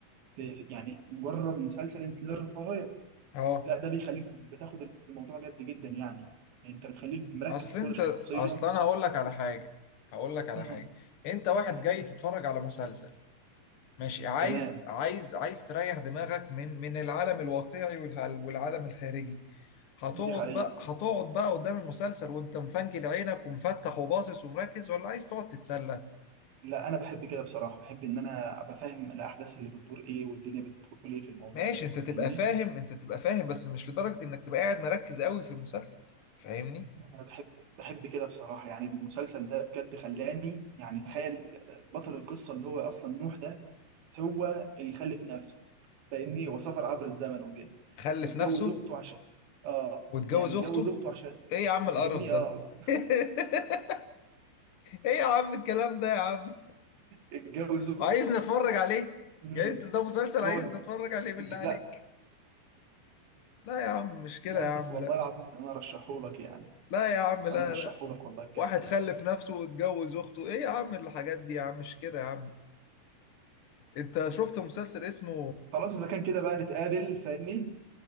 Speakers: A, on the right (about 75°); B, on the left (about 55°).
A: في- في- يعني مجرد مسلسل انت للرفاهيه
B: اه
A: لا ده بيخليك بتاخد الموضوع جد جدا يعني يعني انت بتخليك مركز
B: اصل
A: في
B: انت
A: كل شخصيه
B: اصلا انا هقول لك على
A: و-
B: حاجه هقول لك على
A: مم.
B: حاجه انت واحد
A: مم.
B: جاي تتفرج على مسلسل مش عايز
A: تمام
B: عايز عايز تريح دماغك من من العالم الواقعي والع- والعالم الخارجي هتقعد
A: دي حقيقه
B: بقى هتقعد بقى قدام المسلسل وانت مفنجل عينك ومفتح وباصص ومركز ولا عايز تقعد تتسلى
A: لا انا بحب كده بصراحه بحب ان انا ابقى فاهم الاحداث اللي بتدور ايه والدنيا بتقول ايه في الموضوع
B: ماشي
A: ده
B: انت تبقى
A: فاهمني
B: فاهم انت تبقى فاهم بس مش لدرجة انك تبقى قاعد مركز قوي في المسلسل فاهمني
A: انا بحب بحب كده بصراحه يعني المسلسل ده بجد خلاني يعني تخيل بطل القصه اللي هو اصلا نوح ده هو اللي خلف نفسه فاهمني هو سافر عبر الزمن وكده
B: خلف
A: واتجوز
B: نفسه
A: اخته عشان اه
B: واتجوز
A: يعني اتجوز
B: اخته
A: اخته عشان
B: ايه يا عم القرف
A: فاهمني
B: ده
A: اه
B: <laughs> ايه يا عم الكلام ده يا عم
A: اتجوز اخته
B: عايز نتفرج عليه
A: امم
B: يعني انت ده مسلسل
A: هو
B: عايز نتفرج عليه بالله
A: اتج-
B: عليك
A: لا
B: لا يا عم مش كده
A: لا
B: يا عم
A: بس والله
B: لا
A: العظيم كان انا ارشحهولك يعني
B: لا يا عم
A: انا
B: لا
A: ارشحهولك
B: لا
A: والله بجد
B: واحد
A: يعني
B: خلف نفسه واتجوز اخته ايه يا عم الحاجات دي يا عم مش كده يا عم انت شفت مسلسل اسمه
A: خلاص اذا كان كده بقى نتقابل فاهمني